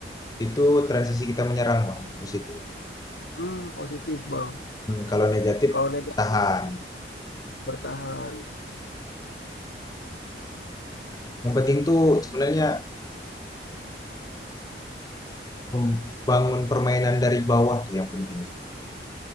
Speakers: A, on the left (about 20°); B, on the left (about 80°).
A: itu transisi kita menyerang bang positif.
B: Hmm, positif bang.
A: Hmm, kalau negatif
B: Kalau negatif
A: bertahan.
B: bertahan.
A: Yang penting tuh sebenarnya membangun permainan dari bawah tuh yang penting. sebenarnya.